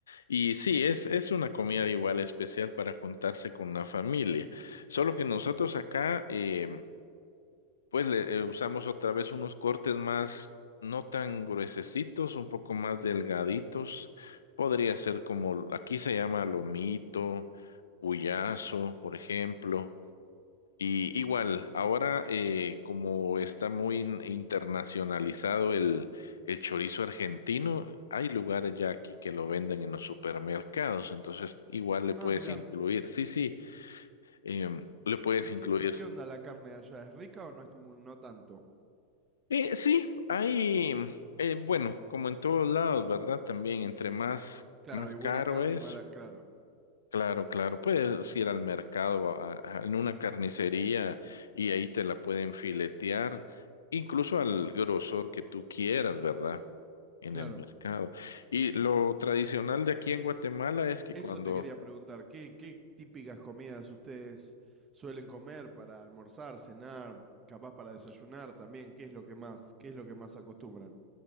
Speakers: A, on the left; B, on the right.
A: Y sí, es, es una comida igual especial para juntarse con la familia. Solo que nosotros acá, eh, pues le eh, usamos otra vez unos cortes más, no tan gruesecitos, un poco más delgaditos. Podría ser como, aquí se llama lomito, puyazo, por ejemplo. Y igual, ahora eh, como está muy in- internacionalizado el, el chorizo argentino, hay lugares ya aquí que lo venden en los supermercados, entonces igual le puedes
B: Ah, mirá.
A: incluir, sí, sí, em, le puedes
B: ¿Y
A: incluir.
B: qué, y qué onda la carne de allá? ¿Es rica o no es mu- no tanto?
A: Eh, sí, hay, eh, bueno, como en todos lados, ¿verdad? También entre más,
B: Claro,
A: más
B: hay
A: caro
B: buena carne
A: es.
B: y mala. Claro,
A: Claro, claro, puedes ir al mercado, a- a- en una carnicería y ahí te la pueden filetear, incluso al grosor que tú quieras, ¿verdad? En
B: claro.
A: el mercado. Y lo tradicional de aquí en Guatemala es que
B: Eso
A: cuando,
B: te quería preguntar. ¿Qué, qué típicas comidas ustedes suelen comer para almorzar, cenar, capaz para desayunar también? ¿Qué es lo que más, qué es lo que más acostumbran?